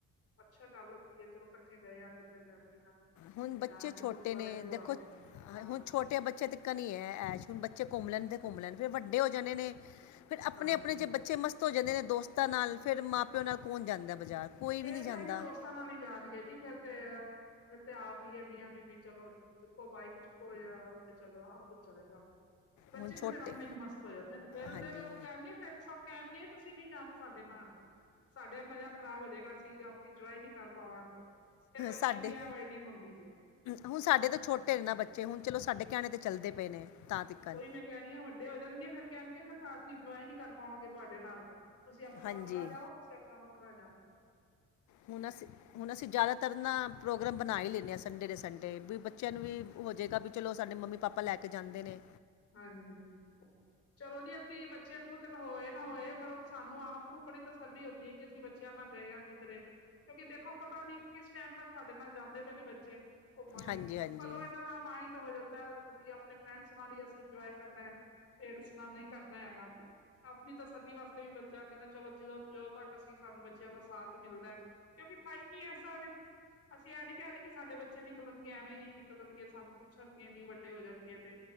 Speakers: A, on the left (about 50°); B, on the left (about 70°).
A: ਅੱਛਾ ਗੱਲ ਹੁੰਦੀ ਹੈ, ਚਲੋ ਇਕੱਠੇ ਗਏ ਆ, ਕਿਧਰੇ ਫੈਮਿਲੀ ਨਾਲ।
B: ਹੁਣ, ਬੱਚੇ
A: ਜਾਣਾ ਜੀ
B: ਛੋਟੇ
A: ਗੁਰਦੁਆਰੇ
B: ਨੇ
A: ਵੀ ਉਹ
B: ਦੇਖੋ
A: ਆਉਂਦੇ ਨੇ ਹਾਂ
B: ਹੁਣ ਛੋਟੇ ਬੱਚੇ ਤਕਣ ਈ ਏ ਐਸ਼, ਬੱਚੇ ਘੁੰਮ ਲੈਣ ਤੇ, ਘੁੰਮ ਲੈਣ, ਫਿਰ ਵੱਡੇ ਹੋ ਜਾਣੇ ਨੇ ਫਿਰ, ਆਪਣੇ
A: ਹਾਂਜੀ
B: -ਆਪਣੇ ਚ ਬੱਚੇ ਮਸਤ ਹੋ ਜਾਂਦੇ ਨੇ ਦੋਸਤਾਂ ਨਾਲ, ਫਿਰ ਮਾਂ -ਪਿਓ ਨਾਲ ਕੋਣ ਜਾਂਦਾ ਬਾਜ਼ਾਰ? ਕੋਈ
A: ਫੇਰ
B: ਵੀ ਨਹੀਂ
A: ਤੇ,
B: ਜਾਂਦਾ
A: ਆਪਣੇ ਦੋਸਤਾਂ ਨਾਲ ਈ ਜਾਣਗੇ ਜੀ, ਫੇਰ ਤੇ ਫਿਰ ਤੇ, ਆਪ ਈ ਐ, ਮੀਆਂ -ਬੀਬੀ ਚੱਲੋ ਚੁੱਕੋ, ਬਾਈਕ ਚੁੱਕੋ, ਯਾ ਤੇ ਚੱਲੋ ਆਪ ਹੀ ਚੱਲੇ ਜਾਉ। ਬੱਚੇ
B: ਹੁਣ
A: ਤੇ
B: ਛੋਟੇ
A: ਫੇਰ, ਆਪਣੇ ਚ ਮਸਤ ਹੋ ਜਾਂਦੇ ਨੇ, ਫੇਰ
B: ਹਾਂਜੀ
A: ਤੇ <unintelligible> ਕਹਿਣਗੇ, ਤੁਸੀਂ ਨਹੀਂ, ਜਾਣਾ ਸਾਡੇ ਨਾਲ, ਸਾਡੇ ਮਜ਼ਾ ਖ਼ਰਾਬ ਹੋ ਜੇਗਾ। ਅਸੀ ਆਪ ਇੰਜੋਏ ਨੀ ਕਰ ਪਾਵਾਂਗੇ ਫੇਰ ਬੱਚਿਆਂ
B: ਸਾਡੇ
A: ਦੀ ਇਹ ਵਰਡਿੰਗ ਹੁੰਦੀ ਜੇ
B: ਹੁਣ ਸਾਡੇ ਤੋ ਛੋਟੇ
A: ਹਾਂ
B: ਨੇ ਨਾ ਬੱਚੇ ਅੇ ਹੁਣ ਚਲੋ ਸਾਡੇ ਕੇਹਣੇ ਤੇ ਚੱਲਦੇ ਪਏ ਨੇ ਤਾਂ ਤੱਕਣ
A: ਉਈ ਮੈਂ ਕੇਰੀ ਆ ਵੱਡੇ ਹੋਜਾਨ ਗੇ ਫਿਰ ਕਹਿਣਦੀ ਫਿਰ ਅਸੀਂ ਇੰਜੋਏ ਨੀ ਕਰ ਪਾਵਾਂਗੇ ਤੁਹਾਡੇ ਨਾਲ ਤੁਸੀਂ ਆਪਣਾ
B: ਹਾਂਜੀ
A: ਵੱਖਰਾ ਜਾਓ ਅਸੀਂ ਆਪਣਾ ਵੱਖਰਾ ਜਾਵਾਗੇਂ
B: ਹੁਣ ਅਸੀਂ ਹੁਣ ਅਸੀਂ ਜ਼ਿਆਦਾਤਰ ਨਾ ਪ੍ਰੋਗਰਾਮ ਬਣਾ ਹੀ ਲੈਂਦੇ ਹਾਂ ਸੰਡੇ ਦੇ ਸੰਡੇ ਵੀ ਬੱਚਿਆਂ ਨੂੰ ਵੀ ਹੋ ਜੇਗਾ ਵੀ ਚਲੋ ਸਾਡੇ ਮੰਮੀ ਪਾਪਾ ਲੈ ਕੇ ਜਾਂਦੇ ਨੇ
A: ਹਾਂਜੀ ਚਲੋ ਜੀ ਅਸੀਂ ਬੱਚਿਆਂ ਨੂੰ ਤਾਂ ਹੋਏ ਨਾ ਹੋਏ ਪਰ ਸਾਨੂੰ ਆਪ ਨੂੰ ਬੜੀ ਤਸੱਲੀ ਹੁੰਦੀਏ ਕਿ ਅਸੀਂ ਬੱਚਿਆਂ ਨਾਲ ਗਏ ਆ ਕਿਧਰੇ ਕਿਉਂਕਿ ਦੇਖੋ ਪਤਾ ਨੀ ਕਿਸ ਟੈਮ ਤੱਕ ਸਾਡੇ ਨਾਲ ਜਾਂਦੇ ਪਏ ਨੇ ਬੱਚੇ ਘੁੰਮਣ
B: ਹਾਂਜੀ ਹਾਂਜੀ
A: ਕਦੋਂ ਏਨਾਂ ਦਾ ਮਾਇੰਡ ਹੋ ਜਾਂਦਾ ਵੀ ਆਪਣੇ ਫਰੈਂਡਸ ਬਾਰੀ ਇੰਜੋਏ ਕਰਨਾ ਪੇਰੈਂਟਸ ਨਾਲ ਨਹੀਂ ਕਰਨਾ ਹੈਗਾ ਆਪਣੀ ਤਸੱਲੀ ਵਾਸਤੇ ਵੀ ਬੱਚਾ ਕਹਿੰਦਾ ਚਲੋ ਜਦੋਂ ਜਦੋਂ ਤੱਕ ਅਸੀਂ ਸਾਨੂੰ ਬੱਚਿਆਂ ਦਾ ਸਾਥ ਮਿਲਦਾ ਕਿਉਂਕਿ ਟਾਈਮ ਏਸਾ ਏ ਅਸੀਂ ਇਹਂ ਨੀ ਕਹਿ ਦਦੇ ਕਿ ਸਾਡੇ ਬੱਚੇ ਨਿਕਲਣਗੇ ਐਵੇਂ ਹੀ ਨਿਕਲਣਗੇ ਸਾਨੂੰ ਪੁੱਛਣਗੀਆਂ ਨੀ ਵੱਡੇ ਹੋ ਜਾਣਗੇ ਤੇ